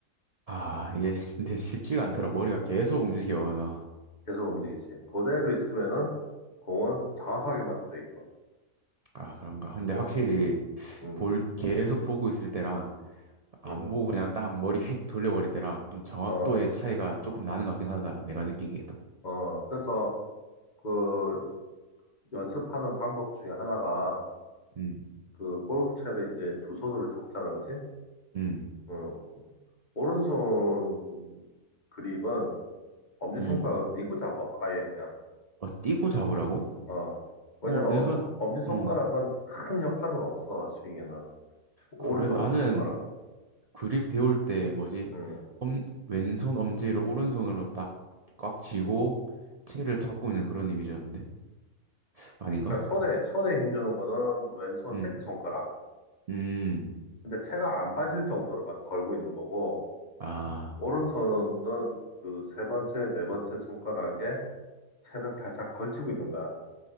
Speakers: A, on the right; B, on the left.
A: 아, 이게 <laughs> 근데 쉽지가
B: 어,
A: 않더라. 머리가 계속 움직여, 나.
B: 계속 움직이지. 그대로 있으면은 공은 정확하게 맞게 돼 있어.
A: 아, 그런가. 근데
B: 공은.
A: 확실히
B: 응, 응,
A: 볼, 계속 보고 있을 때랑 안
B: 응.
A: 보고 그냥 딱 머리 휙 돌려버릴 때랑 좀 정확도의
B: 어,
A: 차이가 조금 나는 것 같긴 하다. 내가 느끼기에도.
B: 어. 그래서 그 연습하는 방법 중에 하나가
A: 음,
B: 그 골프채를 이제 두 손으로 잡잖아, 그지?
A: 음,
B: 응. 오른손 그립은 엄지손가락을
A: 음.
B: 띄고 잡아. 아예 그냥.
A: 어, 띄고 잡으라고?
B: 어. 왜냐면
A: 어, 내가,
B: 엄지, 엄지손가락은
A: 어,
B: 큰 역할은 없어, 스윙에는. 오른쪽
A: 그래. 나는
B: 엄지손가락은.
A: 그립 배울 때 뭐지?
B: 응.
A: 엄, 왼손 엄지를 오른손으로 딱 꽉 쥐고 채를 잡고 있는 그런 이미지였는데? 아닌가?
B: 그러니까 손에, 손에 힘주는 거는 왼손
A: 음,
B: 새끼손가락.
A: 음.
B: 근데 채가 안 빠질 정도로만 걸고 있는 거고,
A: 아,
B: 오른손은 그 세 번째, 네 번째 손가락에 채를 살짝 걸치고 있는 거야.